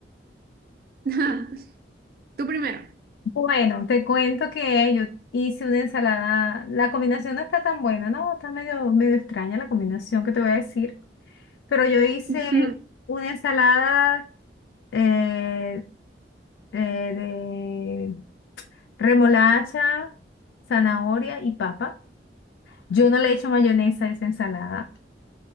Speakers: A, on the right; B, on the left.
A: <laughs> Tú primero.
B: Bueno, te cuento que yo hice una ensalada. La combinación no está tan buena, ¿no? Está medio, medio extraña la combinación que te voy a decir. Pero yo hice
A: <laughs>
B: una ensalada eh, eh, de remolacha, zanahoria y papa. Yo no le he hecho mayonesa a esa ensalada.